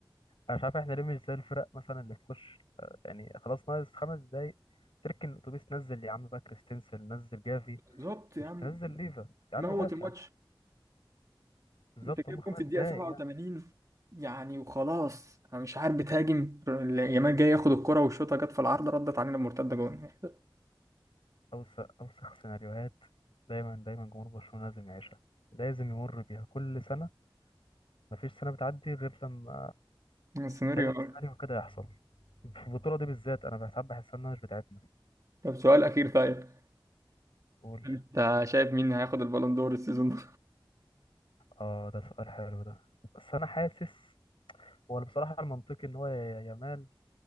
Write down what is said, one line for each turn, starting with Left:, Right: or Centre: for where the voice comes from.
Left: انا مش عارف احنا ليه مش زي الفرق مثلا اللي تخش آه، يعني خلاص ناقص خمس دقايق تركن الاتوبيس نزل يا عم بقى كريستنسن نزل جافي
Right: بالظبط يا
Left: مش
Right: عم
Left: تنزل ليفا يا
Right: موت
Left: عم دافع
Right: الماتش
Left: بالظبط
Right: انت جايب
Left: هم خمس
Right: جون في الدقيقة
Left: دقايق
Right: 87
Left: يعني
Right: يعني وخلاص انا مش عارف بتهاجم يامال جاي ياخد الكرة والشوطة جت في العارضة ردت علينا بمرتدة جون <laughs>
Left: اوسخ اوسخ سيناريوهات دايما دايما جمهور برشلونة لازم يعيشها لازم يمر بيها كل سنة مفيش سنة بتعدي غير لما
Right: السيناريو
Left: لازم
Right: أوي.
Left: سيناريو كده يحصل في البطولة دي بالذات أنا ساعات بحس إنها مش بتاعتنا
Right: طب سؤال أخير طيب
Left: تقول
Right: انت شايف مين هياخد البالون دور السيزون ده؟
Left: آه ده سؤال حلو ده بس أنا حاسس هو بصراحة المنطقي إن هو يا يا يامال